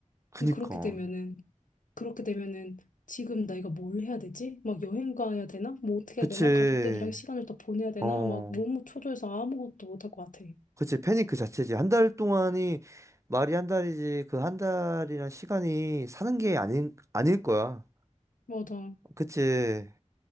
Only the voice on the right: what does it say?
그니까.
그치.
어,
그치. 패닉 그 자체지. 한 달 동안이 말이 한 달이지. 그 한 달이란 시간이 사는 게 아닌, 아닐 거야.
그치.